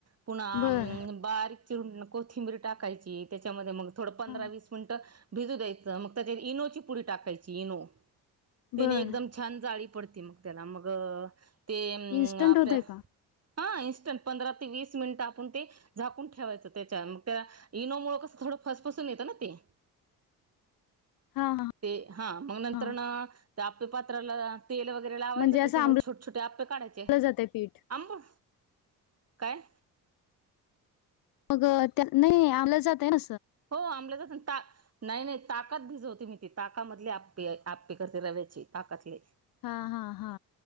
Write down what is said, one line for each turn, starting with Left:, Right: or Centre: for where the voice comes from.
Right: पुन
Left: बर
Right: बारीक चिरून कोथिंबिरी टाकायची, त्याच्यामध्ये मग थोडं पंधरा
Left: हा
Right: वीस मिनिटं भिजू द्यायचं मग त्याच्यात इनोची पुरी टाकायची, इनो त्याने
Left: बर
Right: एकदम छान जाळी पडती मग त्याला मग ते अ
Left: इन्स्टंट
Right: आपल्या
Left: होतय का
Right: हा इन्स्टंट पंधरा ते वीस मिनिट, आपण ते झाकून ठेवायचं. त्या मग त्या इनो मुळ कस, थोडं फसफसून येतं ना ते.
Left: हा हा
Right: ते हा मग नंतर
Left: हा
Right: ना, त्या आपल्या पात्राला तेल वगैरे लावायचं,
Left: म्हणजे असं
Right: त्याच्यामध्ये
Left: आंबल
Right: छोटे छोटे आपे काढयचे.
Left: आंबलं जातय पीठ
Right: आंबळ काय?
Left: मग त्या नाही आमल्या जातना,
Right: हो आमल्या जात नाही नाही ताकद भिजवते मी. ती ताकामधली आपी आपपी करते, रव्याची ताकातली,
Left: हा हा हा.